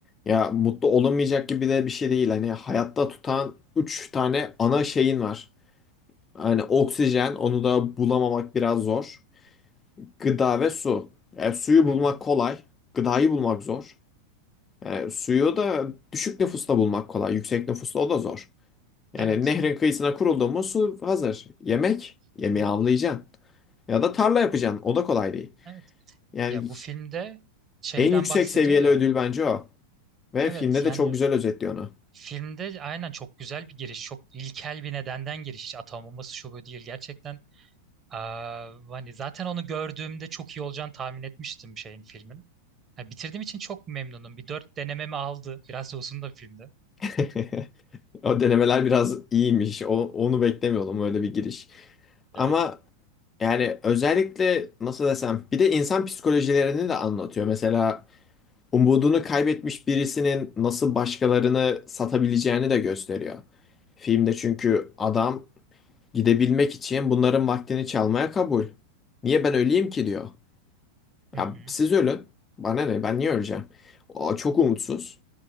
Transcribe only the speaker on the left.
Ya mutlu olamayacak gibi de bir şey değil. Hani hayatta tutan üç tane ana şeyin var. Hani oksijen onu da bulamamak biraz zor. Gıda ve su. E, suyu
bulmak
kolay. Gıdayı bulmak zor. E, suyu da düşük nüfusta bulmak kolay. Yüksek nüfusta o da zor. Yani
nehrin kıyısına kuruldu mu su hazır. Yemek, yemeği
avlayacaksın. Ya da tarla yapacaksın. O da kolay değil.
Yani
En yüksek
seviyeli
ödül bence o. Ve
filmde de
çok güzel özetliyor onu.
<laughs> O denemeler biraz iyiymiş. O, onu beklemiyordum öyle bir giriş. Ama
yani özellikle nasıl desem bir de insan psikolojilerini de anlatıyor. Mesela umudunu kaybetmiş birisinin nasıl başkalarını satabileceğini de gösteriyor. Filmde çünkü adam Gidebilmek için bunların vaktini çalmaya kabul. Niye ben öleyim ki diyor.
Ya
siz ölün. Bana ne? Ben niye öleceğim? O çok umutsuz.